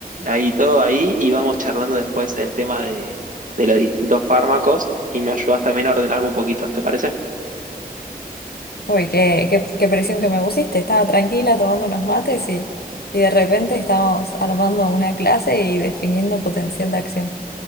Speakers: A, on the right; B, on the left.
A: ahí todo ahí y vamos charlando después del tema de, de los distintos fármacos y me ayudas también a ordenarme un poquito, ¿te parece?
B: Uy, qué, qué, qué presión que me pusiste. Estaba tranquila tomando unos mates y, y de repente estamos armando una clase y definiendo potencial de acción.